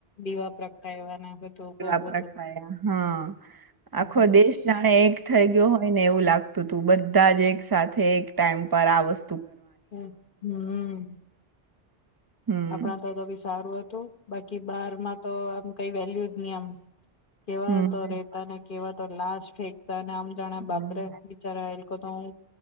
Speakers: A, on the left (about 55°); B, on the right (about 20°).
A: દીવા પ્રગટાયવાને બધું બવ
B: વાપ
A: બધું
B: રખાયા હા આખો
A: હમ
B: દેશ જાણે એક થઇ ગયો હોય ને એવું લાગ તો તું બધા જ એક સાથે એક ટાઈમ પર આ વસ
A: હૈ હમ્મ.
B: હમ
A: આપણા તો એ બી સારું હતું બાકી બહારમાં તો આમ કઈ વેલ્યુ જ નહી આમ. કેવા
B: હમ
A: હતો રે તને કેવત તો લાશ ફેક તા અને આમ જાણે
B: હમ
A: બાપરે બિચારા એ લોકો તો હું